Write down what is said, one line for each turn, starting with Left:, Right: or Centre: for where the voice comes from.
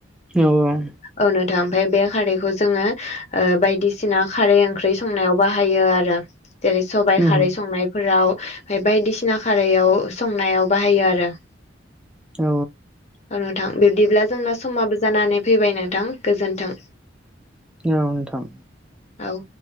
Centre: औ-औ
Left: औ नोंथां ओमफाय बे खारैखौ जोङो ओ बायदिसिना खारै ओंख्रै संनायाव बाहायो आ रो जेरै सबाय
Centre: उम
Left: खारै संनाय फोराव ओमफाय बायदिसिना खारैयाव संनायाव बाहायो आरो।
Centre: औ
Left: औ नोंथां बिब्दिब्ला जोंना समाबो जानानै फैबाय नों थां गोजोन्थों।
Centre: औ नोंथां
Left: औ